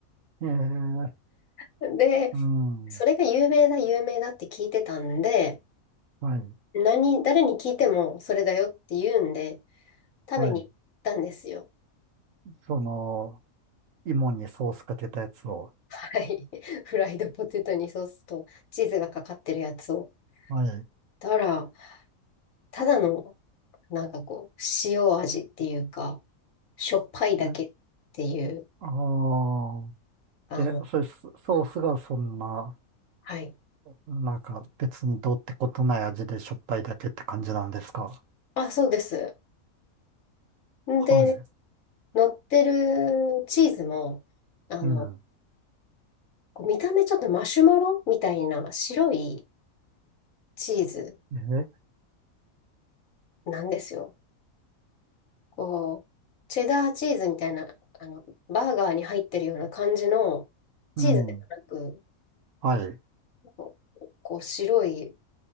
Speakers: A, on the right; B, on the left.
A: ええ
B: <laughs> で、
A: うん。
B: それが有名だ、有名だって聞いてたんで、
A: はい、
B: 何、誰に聞いてもそれだよって言うんで、食べに行ったんですよ。
A: はい。その、芋にソースかけたやつを。
B: はい。<laughs> フライドポテトにソースとチーズがかかってるやつを。
A: はい。
B: たら、ただの、なんかこう、塩味っていうか、しょっぱいだけっていう、
A: え、ああ、
B: あの、
A: え、それ、ソソースがそんな、
B: はい。
A: なんか別にどうってことない味でしょっぱいだけって感じなんですか。
B: あ、そうです。
A: はい。
B: で、乗ってるチーズも、あの、
A: うん。
B: こう見た目ちょっとマシュマロみたいな白いチーズ
A: え、
B: なんですよ。こう、チェダーチーズみたいな、あの、バーガーに入ってるような感じのチーズでもなく、
A: うん。はい。
B: こう、こう白い、